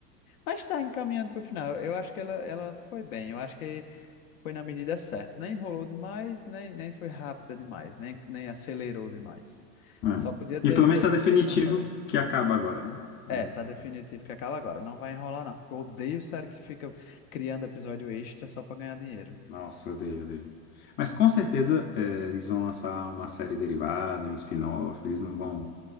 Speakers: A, on the left; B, on the left.
A: Mas tá encaminhando pro final. Eu acho que ela, ela foi bem. Eu acho que foi na medida certa. Nem enrolou demais, nem, nem foi rápida demais, nem, nem acelerou demais.
B: É.
A: Só podia ter,
B: E pelo menos
A: ter
B: tá definitivo
A: lançado.
B: que acaba agora, né?
A: É,
B: Não-
A: tá definitivo
B: não-
A: que acaba agora. Não vai enrolar, não. Eu odeio série que fica criando episódio extra só pra ganhar dinheiro.
B: Nossa, eu odeio, eu odeio. Mas com certeza é, eles vão lançar uma série derivada, um spin-off, eles não vão